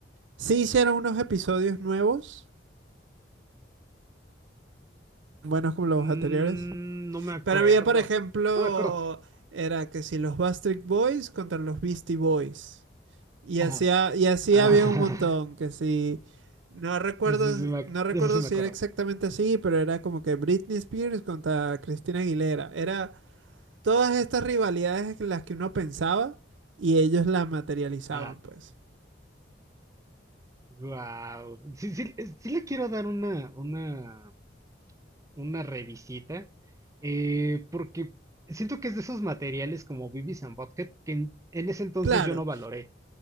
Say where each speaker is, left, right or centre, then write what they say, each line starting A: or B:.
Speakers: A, on the right; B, on the right.
A: Sí hicieron unos episodios nuevos, buenos como los
B: Mm,
A: anteriores.
B: no me acuerdo,
A: Pero había, por ejemplo,
B: no me acuerdo.
A: era que si los Backstreet Boys contra los Beastie Boys. Y
B: Ajá.
A: así, ha- y así
B: Ah,
A: había un montón, que si no
B: <laughs>
A: recuerdo,
B: sí, sí, sí, me ac-
A: no recuerdo
B: de eso sí me
A: si
B: acuerdo.
A: era exactamente así, pero era como que Britney Spears contra Cristina Aguilera. Era todas estas rivalidades que- las que uno pensaba y ellos las materializaban,
B: Ajá.
A: pues.
B: Wow. Sí, sí, es- sí le quiero dar una, una, una revisita, eh, porque siento que es de esos materiales como Beavis and Butthead que en, en ese entonces
A: Claro,
B: yo no valoré.